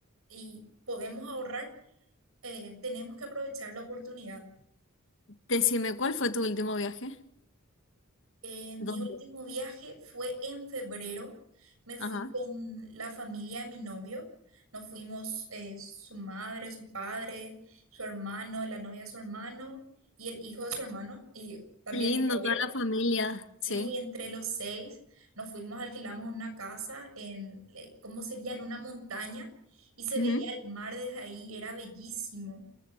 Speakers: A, on the right (about 80°); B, on the left (about 65°).
A: y podemos ahorrar, eh, tenemos que aprovechar la oportunidad.
B: Decime, ¿cuál fue tu último viaje?
A: Eh, mi
B: ¿Dónde?
A: último viaje fue en febrero. Me fui
B: Ajá.
A: con la familia de mi novio. Nos fuimos eh, su madre, su padre, su hermano, la novia de su hermano y el hijo de su hermano y también
B: Qué lindo,
A: mi
B: toda
A: novio.
B: la familia, sí.
A: Sí, entre los seis nos fuimos, alquilamos una casa en, eh, ¿cómo sería? En una montaña y se
B: Ujú.
A: veía el mar desde ahí, era bellísimo.